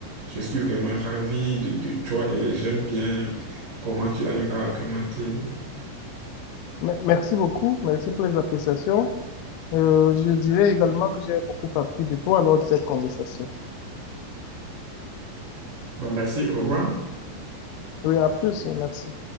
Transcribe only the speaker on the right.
je suis vraiment ravi de, de toi et j'aime bien comment tu arrives à argumenter.
Bon, merci, au revoir.